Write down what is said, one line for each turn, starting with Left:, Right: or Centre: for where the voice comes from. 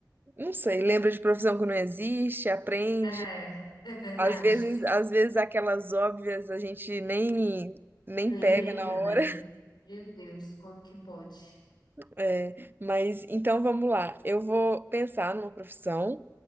Right: não sei, lembra de profissão que não existe, aprende.
Left: É, é verdade.
Right: Às vezes, às vezes aquelas óbvias a gente nem nem
Left: Nem
Right: pega
Left: lembra,
Right: na hora.
Left: né? Meu Deus, como que pode?
Right: É, mas então vamos lá. Eu vou pensar numa profissão